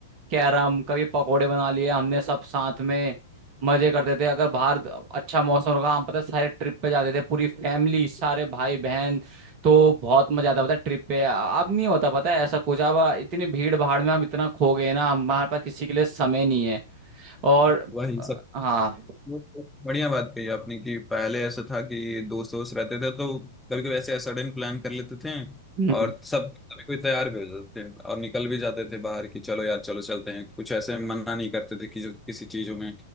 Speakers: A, on the right; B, in the centre.
A: कैरम कभी पकोड़े बना लिए हमने सब साथ में मजे करते थे अगर बाहर अच्छा मौसम होगा हम पता है सारे ट्रिप पे जाते थे पूरी फैमिली सारे भाई बहन तो बहुत मजा आता पता है ट्रिप पे अब नहीं होता पता है ऐसा कुछ अब इतनी भीड़ भाड़ में हम इतना खो गए ना हमारे पास किसी के लिए समय नहीं है और
B: वह इन सब
A: हाँ
B: वो तो बढ़िया बात कही आपने कि पहले ऐसा था कि दोस्त दोस्त रहते थे तो कभी कभी ऐसे सडन प्लान कर लेते थे
A: हम्म,
B: और सब सभी कोई तैयार भी हो जाते थे और निकल भी जाते थे बाहर कि चलो यार चलो चलते हैं कुछ ऐसे मना नहीं करते थे कि जो किसी चीजों में